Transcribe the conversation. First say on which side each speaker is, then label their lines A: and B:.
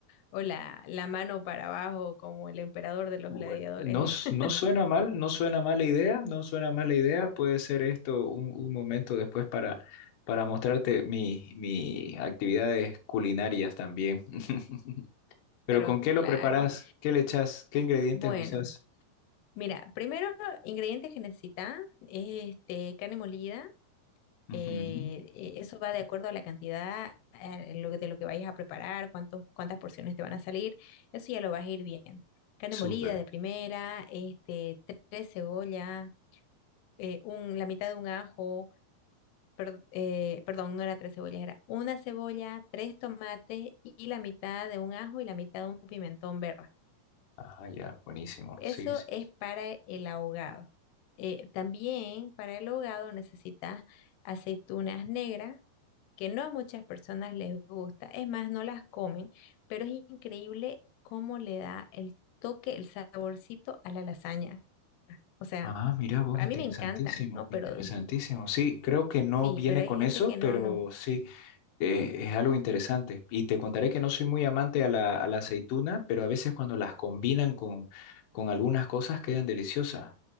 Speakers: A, on the left (about 85°); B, on the left (about 65°).
A: o la, la mano para abajo como el emperador de los
B: Bueno,
A: gladiadores.
B: no, s-
A: <laughs>
B: no suena mal, no suena mala idea, no suena mala idea. Puede ser esto un, un momento después para, para mostrarte mi- mis actividades culinarias también. <laughs> Pero
A: Pero
B: ¿con qué
A: claro,
B: lo preparas? ¿Qué le echas? ¿Qué ingredientes
A: bueno.
B: usas?
A: Mira, primero, ingredientes que necesitas, este, carne molida,
B: Ujú,
A: eh, eh, eso va de acuerdo a la cantidad eh, lo que- de lo que vayas a preparar, cuántos, cuántas porciones te van a salir, eso ya lo vas a ir viendo. Carne
B: Súper.
A: molida de primera, este, tre- tres cebollas, eh, un- la mitad de un ajo, per- eh, perdón, no era tres cebollas, era una cebolla, tres tomates y la mitad de un ajo y la mitad de un pimentón verde.
B: Ah, ya, buenísimo.
A: Eso
B: Sí, sí.
A: es para el ahogado. Eh, también para el ahogado necesitas aceitunas negras, que no a muchas personas les gusta, es más, no las comen, pero es increíble cómo le da el toque, el saborcito a la lasaña. O sea,
B: Ah, mira vos,
A: a
B: interesantísimo,
A: mí me encantan, ¿no? Pero
B: interesantísimo. Sí, creo que no
A: sí,
B: viene
A: pero hay
B: con
A: gente
B: eso,
A: que no,
B: pero
A: no.
B: sí, eh, es algo interesante. Y te contaré que no soy muy amante a la, a la aceituna, pero a veces cuando las combinan con, con algunas cosas quedan deliciosas.